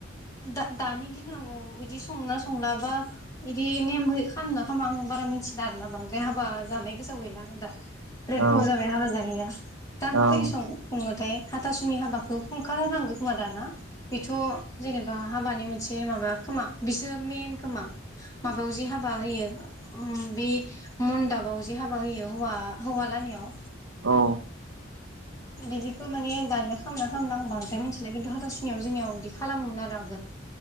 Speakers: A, on the left; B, on the right.
A: दा दानि दिनाव बिदि संना संलाबा बिदि नेम खालामनो खामा आं बारा मिथिला आरोना बांद्राय हाबा जानाय गो सोआव गैला आं दा बिराद
B: औ
A: गोडावण जाबाय हाबा जानायैया दा माबायदि
B: औ
A: सं ङोथाय हाथासुनि हाबाखौ खुंखालानो खोमा दाना बेथ' जेनेबा हाबानि मोनसे माबा खोमा। बिसोर मेन खोमा माबायाव जि हाबा होयो बे मनदाबाव जे हाबा होयो हौवा-हौवालानियाव
B: औ
A: बिदिखौ माने दानिया खामोना खामना आं बांद्राय मिथिला खिन्थु हाथासुनियाव जोंनियाव बिदि खालामोमोन आरो आगोल।